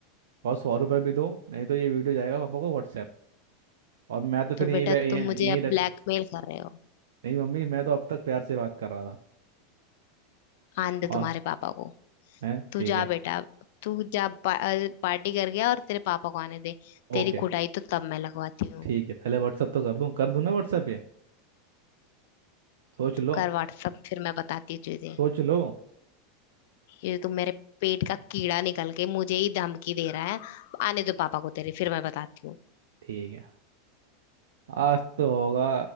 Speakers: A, on the right (about 65°); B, on the left (about 60°).
A: और सौ रुपये भी दो नहीं तो ये वीडियो जाएगा पापा को व्हाट्सएप और मैं तो फिर
B: तो
A: यहीं
B: बेटा
A: बै- यहीं
B: तुम मुझे
A: यहीं
B: अब
A: रहता
B: ब्लैकमेल
A: हूँ
B: कर रहे हो
A: नहीं मम्मी मैं तो अब तक प्यार से बात कर रहा था
B: आन दे
A: और
B: तुम्हारे पापा को
A: है
B: तू
A: ठीक
B: जा
A: है
B: बेटा तू जा पा, पार्टी कर गया और तेरे पापा को आने दे तेरी
A: ओके
B: कुटाई तो तब मैं लगवाती हूँ
A: ठीक है पहले व्हाट्सएप तो कर दूँ कर दूँ ना व्हाट्सएप ये सोच
B: तू
A: लो
B: कर व्हाट्सअप फिर मैं बताती हूँ तुझे
A: सोच लो
B: ये तो मेरे पेट का कीड़ा निकल के मुझे ही धमकी दे रहा है आने दो पापा को तेरे फिर मैं बताती हूँ
A: ठीक है आज तो होगा